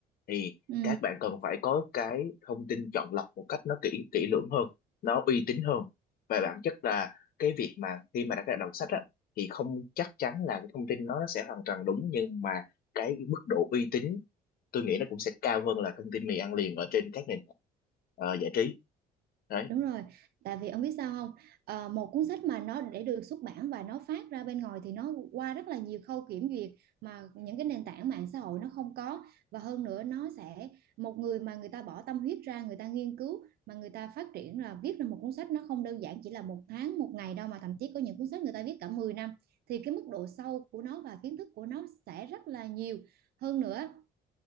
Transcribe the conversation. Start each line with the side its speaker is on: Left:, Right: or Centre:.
Left: thì
Right: ừ.
Left: các bạn cần phải có cái thông tin chọn lọc một cách nó kỹ kỹ lưỡng hơn nó uy tín hơn và bản chất là cái việc mà khi mà đã đã đọc sách á, thì không chắc chắn là cái thông tin nó nó sẽ hoàn toàn đúng nhưng mà cái mức độ uy tín tôi nghĩ nó cũng sẽ cao hơn là thông tin mì ăn liền ở trên các nền ờ, giải trí đấy
Right: Đúng rồi, tại vì ông biết sao không? Ờ, một cuốn sách mà nó để được xuất bản và nó phát ra bên ngoài thì nó qua rất là nhiều khâu kiểm duyệt mà những cái nền tảng mạng xã hội nó không có và hơn nữa nó sẽ một người mà người ta bỏ tâm huyết ra, người ta nghiên cứu mà người ta phát triển là viết ra một cuốn sách nó không đơn giản chỉ là một tháng, một ngày đâu mà thậm chí có những cuốn sách người ta viết cả mười năm thì cái mức độ sâu của nó và kiến thức của nó sẽ rất là nhiều. Hơn nữa